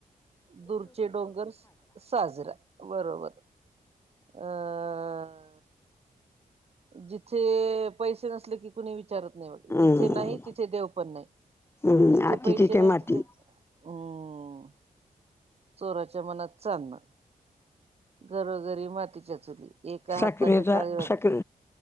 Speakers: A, on the right; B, on the left.
A: दुरचे डोंगर सं-सं! साजरा बरोबर अं! जिथे पैसे नसले, की कुणी विचारत नही मग.
B: हम्म
A: जिथे नाही तिथे देव पण नाही,
B: हम्म
A: जिथे
B: आती
A: पैसे नाही
B: माती
A: तिथे हम्म चोराच्या मनात चांदण, घरोघरी मातीच्या चुली. एका
B: साखरेचा
A: हाताने टाळी वाजितो,
B: साखर